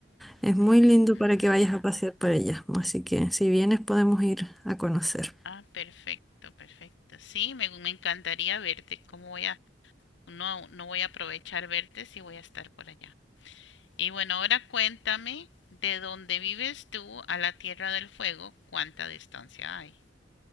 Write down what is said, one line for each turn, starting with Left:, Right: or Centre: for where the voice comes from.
Centre: Es muy
Left: mm.
Centre: lindo para que vayas a pasear para allá. Así que si vienes podemos ir a conocer.
Left: ah, perfecto, perfecto. Sí, me, me encantaría verte. ¿Cómo voy a, no, no voy a aprovechar verte si voy a estar por allá? Y bueno, ahora cuéntame de donde vives tú a la Tierra del Fuego, cuánta distancia hay.